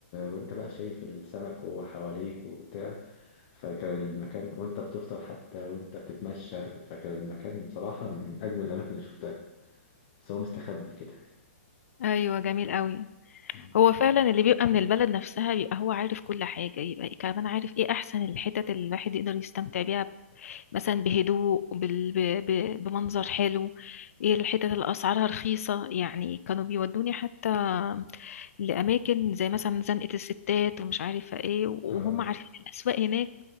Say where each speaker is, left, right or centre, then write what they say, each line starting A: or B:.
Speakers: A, on the left (about 35°); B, on the left (about 75°).
A: وانت بقى شايف السمك وهو حواليك وبتاع فكان المكان وانت بتفطر حتى وانت بتتمشى فكان المكان بصراحة من أجمل الأماكن اللي شفتها بس هو مستخبي كده
B: ايوه جميل قوي
A: يعني.
B: هو فعلا اللي بيبقى من البلد نفسها بيبقى هو عارف كل حاجة يبقى كمان عارف ايه احسن الحتت اللي الواحد يقدر يستمتع بيها مثلا بهدوء بال... ب... ب... بمنظر حلو ايه الحتت اللي اسعارها رخيصة يعني كانوا بيودوني حتى لاماكن زي مثلا زنقة الستات ومش عارفة ايه وهم
A: آه
B: عارفين الاسواق هناك